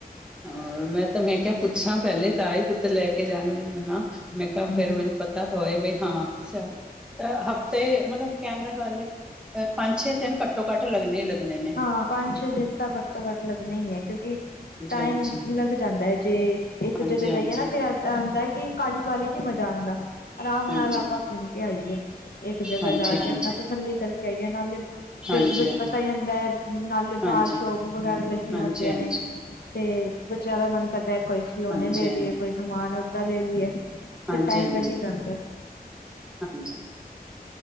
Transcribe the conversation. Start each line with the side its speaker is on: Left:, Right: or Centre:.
Centre: ਔਰ ਮੈਂ ਤਾਂ ਮੈਂ ਕਿਹਾ ਪੁੱਛਾਂ ਪਹਿਲੇ ਤਾਂ ਆਹੀ ਪੁੱਤਰ ਲੈ ਕੇ ਜਾਣੀ ਵਲੀ ਬਨਾ। ਮੈਂ
Left: ਹਾਂਜੀ
Centre: ਕਿਹਾ ਫਿਰ ਮੈਨੂੰ ਪਤਾ ਤਾਂ ਹੋਏ ਬਈ ਹਾਂ ਛਾ ਅ ਹਫ਼ਤੇ ਮਤਲਬ ਕਹਿੰਦੇ ਗੱਲ ਅ ਪੰਜ ਛੇ ਦਿਨ ਕੱਟ ਘੱਟੋ ਘੱਟ ਲੱਗਣੇ ਹੀ ਲੱਗਣੇ ਨੇ।
Left: ਹਾਂ ਪੰਜ ਛੇ ਦਿਨ ਤਾਂ ਘੱਟੋ ਘੱਟ ਲੱਗਣੇ ਹੀ ਹੈ ਕਿਉਂਕਿ
Centre: ਹਾਂਜੀ
Left: ਟਾਈਮ
Centre: ਹਾਂਜੀ
Left: ਲੱਗ ਜਾਂਦਾ ਹੈ ਜੇ ਇੱਕ
Centre: ਹਾਂਜੀ
Left: ਜਗ੍ਹਾ ਜਾਈਏ
Centre: ਹਾਂਜੀ
Left: ਨਾ ਫਿਰ ਅ ਆਂਦਾ ਕਿ ਕਾਹਲੀ ਵਾਲੀ ਨੀ ਮਜ਼ਾ ਆਂਦਾ। ਆਰਾਮ
Centre: ਹਾਂਜੀ
Left: ਨਾਲ ਆਪਾਂ ਘੁੰਮ ਕੇ ਆਈਏ ਇੱਕ ਜਗ੍ਹਾ
Centre: ਹਾਂਜੀ
Left: ਜਾ
Centre: ਹਾਂਜੀ
Left: ਕੇ ਆਪਣਾ ਤਸੱਲੀ ਕਰਕੇ ਆਈਏ ਨਾਲੇ
Centre: ਹਾਂਜੀ
Left: ਫਿਰ ਬ
Centre: ਹਾਂਜੀ
Left: ਪਤਾ ਈ ਹੁੰਦੈ ਨਾਲੇ
Centre: ਹਾਂਜੀ
Left: ਬਾਰ ਸ਼ੋਪ
Centre: ਹਾਂਜੀ
Left: ਵਗੈਰਾ ਲੱਗੀਆਂ
Centre: ਹਾਂਜੀ
Left: ਹੁੰਦੀਆਂ ਨੇ। ਤੇ ਬੱਚਿਆਂ ਦਾ ਮਨ ਕਰਦਾ ਕੋਈ ਖਿਲੋਣੇ
Centre: ਹਾਂਜੀ
Left: ਲੈ ਲਈਏ ਕੋਈ ਸਮਾਨ ਉਦਾਂ ਲੈ ਲਈਏ। ਫਿਰ
Centre: ਹਾਂਜੀ-ਹਾਂਜੀ-ਹਾਂਜੀ
Left: ਟਾਈਮ ਲੱਗ ਹੀ ਜਾਂਦਾ।